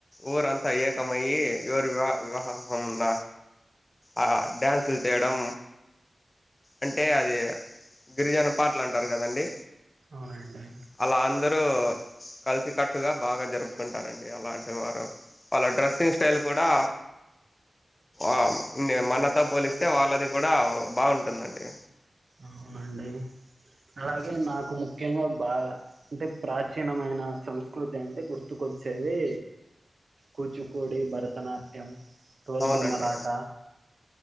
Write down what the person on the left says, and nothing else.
ఊరంతా ఏకమయ్యి ఎవరు వివా వివాహమున్న ఆ డ్యాన్సులు చేయడం అంటే అది గిరిజన పాటలు అంటారు కదండి
అలా అందరూ కలిసి కట్టుగా బాగా జరుపుకుంటారండి అలాంటి వారు వాళ్ళ డ్రెస్సింగ్ కూడా ఆ మనతో పోలిస్తే వాళ్ళది కూడా బాగుంటు టుందండి
అవునండి